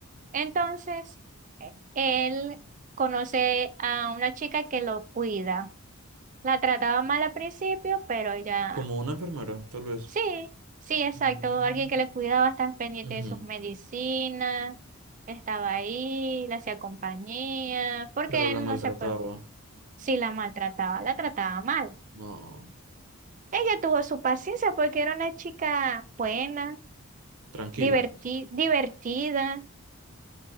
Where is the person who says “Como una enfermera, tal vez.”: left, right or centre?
Right